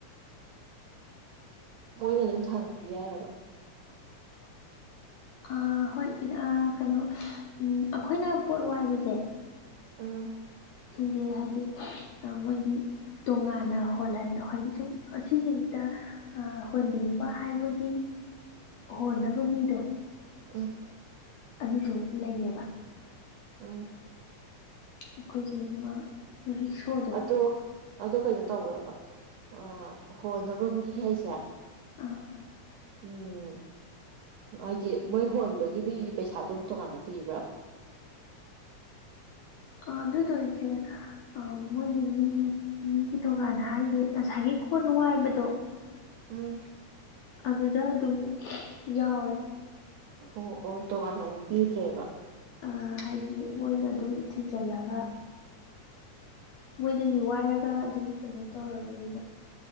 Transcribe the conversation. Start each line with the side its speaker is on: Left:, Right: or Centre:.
Right: ꯃꯣꯏꯅ ꯑꯗꯨꯝ ꯊꯥꯡꯉꯗꯤ ꯌꯥꯔꯕꯣ
Left: ꯑꯥ ꯍꯣꯏ ꯀꯩꯅꯣ ꯑꯩꯈꯣꯏꯅ ꯄꯣꯠ ꯋꯥꯏꯕꯁꯦ
Right: ꯎꯝ
Left: ꯁꯤꯁꯦ ꯍꯥꯏꯗꯤ ꯃꯣꯏꯒꯤ ꯇꯣꯉꯥꯟꯅ ꯍꯣꯜꯍꯟ ꯍꯣꯏꯗꯤ ꯁꯨꯝ ꯑꯁꯤꯁꯤꯝꯇꯥ ꯑ ꯍꯣꯟꯕꯤꯌꯨꯕ ꯍꯥꯏꯕꯒꯤ ꯍꯣꯟꯅꯕ ꯃꯤꯗꯣ
Right: ꯑꯝ
Left: ꯑꯗꯨꯗꯣ ꯂꯩꯌꯦꯕ
Right: ꯎꯝ
Left: ꯑꯩꯈꯣꯏ ꯆꯦ ꯑꯃ ꯔꯤꯛꯁꯣꯗ
Right: ꯑꯗꯣ ꯑꯗꯣ ꯀꯩꯅꯣ ꯇꯧꯕ꯭ꯔꯕ ꯑ ꯍꯣꯟꯅꯕ ꯃꯤ ꯍꯥꯏꯁꯦ
Left: ꯑꯥ
Right: ꯎꯝ ꯍꯥꯏꯗꯤ ꯃꯣꯏ ꯍꯣꯟꯕꯒꯤ ꯃꯤꯒꯤ ꯄꯩꯁꯥꯁꯨꯝ ꯇꯣꯉꯥꯟꯅ ꯄꯤꯕ꯭ꯔꯕ
Left: ꯑ ꯑꯗꯨꯗꯣ ꯏꯆꯦ ꯑ ꯃꯣꯏꯒꯤ ꯃꯤ ꯃꯤꯒꯤ ꯇꯣꯉꯥꯟꯅ ꯍꯥꯏꯁꯦ ꯉꯁꯥꯏꯒꯤ ꯀꯣꯟ ꯋꯥꯏꯕꯗꯣ
Right: ꯎꯝ
Left: ꯑꯗꯨꯗ ꯑꯗꯨꯝ ꯌꯥꯎꯔꯦ
Right: ꯑꯣ ꯑꯣ ꯇꯣꯉꯥꯟꯅ ꯑꯃꯨꯛ ꯄꯤꯗ꯭ꯔꯦꯕ
Left: ꯑꯥ ꯍꯥꯏꯗꯤ ꯃꯣꯏꯅ ꯑꯗꯨꯝ ꯊꯤꯟꯖꯤꯜꯂꯒ ꯃꯣꯏꯗꯒꯤ ꯋꯥꯏꯔꯒ ꯑꯗꯨꯝ ꯀꯩꯅꯣ ꯇꯧꯔꯕꯅꯤꯗ